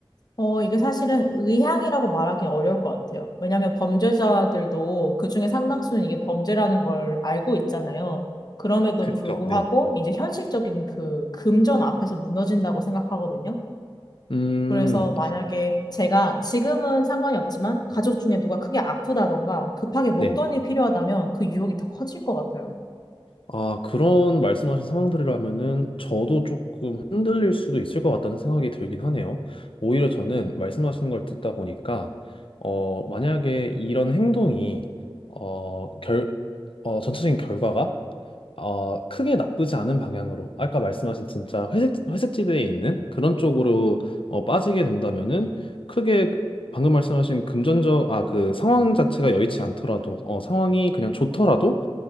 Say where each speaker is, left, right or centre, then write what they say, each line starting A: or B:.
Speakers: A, on the left (about 45°); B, on the left (about 70°).
A: 어, 이게 사실은 의향이라고 말하기 어려울 것 같아요. 왜냐하면 범죄자들도 그중에 상당수는 이게 범죄라는 걸 알고 있잖아요. 그럼에도
B: 그죠
A: 불구하고
B: 네.
A: 이제 현실적인 그 금전 앞에서 무너진다고 생각하거든요.
B: 음,
A: 그래서 만약에 제가 지금은 상관이 없지만 가족 중에 누가 크게 아프다던가 급하게 목돈이
B: 네.
A: 필요하다면 그 유혹이 더 커질 것 같아요.
B: 아, 그런 말씀하신 상황들이라면은 저도 조금 흔들릴 수도 있을 것 같다는 생각이 들긴 하네요. 오히려 저는 말씀하시는 걸 듣다 보니까, 어, 만약에 이런 행동이, 어, 결, 어, 전체적인 결과가 어, 크게 나쁘지 않은 방향으로 아까 말씀하신 진짜 회색 회색지대에 있는 그런 쪽으로 어, 빠지게 된다면은 크게 방금 말씀하신 금전적 아 그 상황 자체가 여의치 않더라도 어, 상황이 그냥 좋더라도